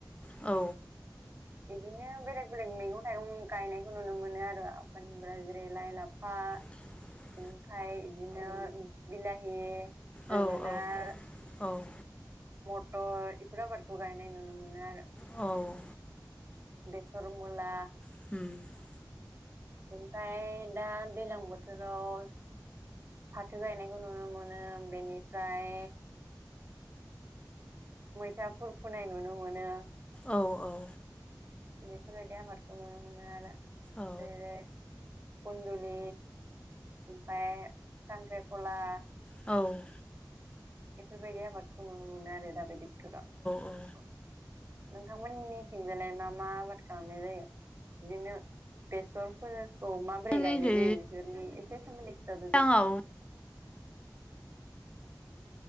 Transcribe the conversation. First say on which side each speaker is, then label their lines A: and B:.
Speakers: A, on the left; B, on the right.
A: औ
B: बिदिनो बेलेग बेलेग मैगं थाइगं गायनायखौ नुनो मोनो आरो आफाना जेरै लाइ, लाफा
A: <inaudible>
B: ओमफाय बिदिनो बिलाहि जोगोनार
A: औ औ औ
B: मटर इफोर आबादखौ गायनाय नुनो मोनो आरो
A: औ
B: बेसर, मुला
A: उम
B: ओमफाय दा दैलां बोथोराव फाथो गायनायखौ नुनो मोनो बेनिफ्राय मैथाफोर फोनाय नुनो मोनो
A: औ औ
B: बेफोरबादि आबादखौ नुनो मोनो आरो
A: औ
B: <unintelligible> खन्दुलि ओमफाय खांख्रिखला
A: औ
B: बेफोरबायदि आबादखौ नुनो मोनो आरो दा बादि नोंथांमोननि
A: औ
B: नोंसोरनिथिंजालाय मा मा आबाद खालामनाय जायो बिदिनो बेसर अ माबोरै
A: जोंनिखै
B: गायनाय जायो बेसोरनि एसे सोमोन्दै खिथादोदे
A: दैज्लाङाव